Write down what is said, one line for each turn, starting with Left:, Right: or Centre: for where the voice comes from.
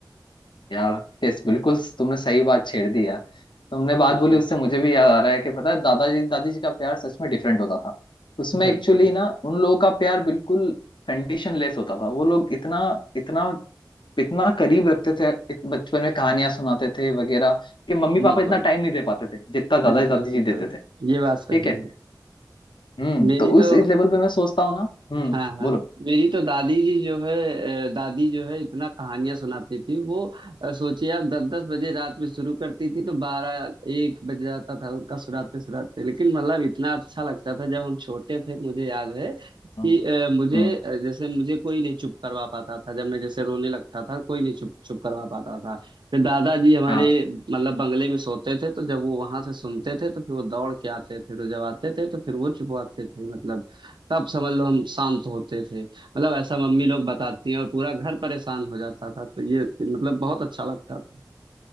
Left: यार कैस बिल्कुल तुमने सही बात छेड़ दी यार तुमने बात
Right: बिल्कुल
Left: बोली उससे मुझे भी याद आ रहा है कि पता है दादाजी दादी जी का प्यार सच में डिफरेंट होता था उसमें
Right: बिल्कुल
Left: एक्चुअली ना उन लोगों का प्यार बिल्कुल कंडीशन लेस होता था वो लोग इतना इतना इतना करीब रखते थे इत- बचपन में कहानियां सुनाते थे वगैरह कि मम्मी
Right: बिल्कुल
Left: पापा इतना टाइम नहीं दे पाते थे जितना दादाजी
Right: बिल्कुल
Left: दादी
Right: बिल्कुल
Left: जी देते थे
Right: ये बात सही
Left: ठीक है
Right: है
Left: हम्म
Right: मेरी
Left: तो उस
Right: तो
Left: इस लेवल पे मैं सोचता हूँ ना हम्म
Right: हाँ हाँ
Left: बोलो
Right: मेरी तो दादी जी जो है अ, दादी जो है इतना कहानियां सुनाती थी वो अ, सोचिए आप दस दस बजे रात में शुरू करती थी तो बारह एक बज जाता था उनका सुनाते सुनाते लेकिन मतलब इतना अच्छा लगता था जब हम छोटे थे मुझे याद है
Left: हम्म
Right: कि अ, मुझे
Left: हम्म
Right: अ, जैसे मुझे कोई नहीं चुप करवा पाता था जब मैं जैसे रोने लगता था कोई नहीं चुप चुप करवा पाता था फिर दादाजी हमारे
Left: हाँ
Right: मतलब बंगले में सोते थे तो जब वो वहां से सुनते थे तो फिर वो दौड़ के आते थे तो जब आते थे तो फिर वो चुपवाते थे मतलब तब समझ लो हम शांत होते थे मतलब ऐसा मम्मी लोग बताती हैं और पूरा घर परेशान हो जाता था तो ये ये मतलब बहुत अच्छा लगता था